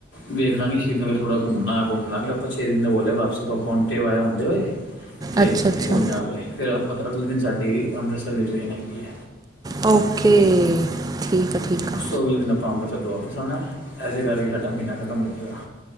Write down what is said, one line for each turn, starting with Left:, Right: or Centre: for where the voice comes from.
Left: ਵੇਖ ਲਾਂਗੇ ਸ਼ੀਨਗਰ ਥੋੜ੍ਹਾ ਘੁੰਮਣਾ ਹੋਏਆ ਘੁੰਮਲਾਗੇ, ਆਪਾਂ ਛੇ ਦਿਨ ਦਾ ਬੋਲੇਆ, ਵਾਪਸ ਆਪਾਂ ਪੋਂਟੇ ਵਾਏਆ ਹੁੰਦੇ ਹੋਏ ਤੇ
Right: ਅੱਛਾ ਅੱਛਾ
Left: ਪੋਚਾਂਗੇ, ਫਿਰ ਆਪਾ ਅਗਲੇ ਦਿਨ ਸਾਡੀ ਅੰਮ੍ਰਿਤਸਰ ਦੀ ਟ੍ਰੇਨ ਹੈਗੀ ਏ।
Right: ਓਕੇ, ਠੀਕ ਆ ਠੀਕ। ਆ
Left: ਉਸ ਤੋਂ ਅਗਲੇ ਦਿਨ ਆਪਾਂ ਅੰਬਰਸਰ ਤੋਂ ਵਾਪਸ ਆਣਾ, ਏਸੇ ਕਰਕੇ ਸਾਡਾ ਮੀਂਨਾ ਖਤਮ ਹੋ ਜਾਵੇਗਾ।